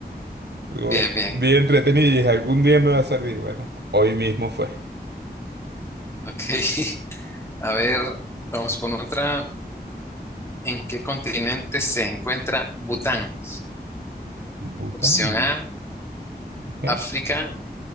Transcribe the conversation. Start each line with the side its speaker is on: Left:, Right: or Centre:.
Right: Estuvo
Left: Bien, bien.
Right: bien entretenido y dije, algún día me va a servir. Bueno, hoy mismo fue.
Left: Ok. <laughs> A ver, vamos con otra. ¿En qué continente se encuentra Bután?
Right: Bután,
Left: Opción A,
Right: ¿ok?
Left: África.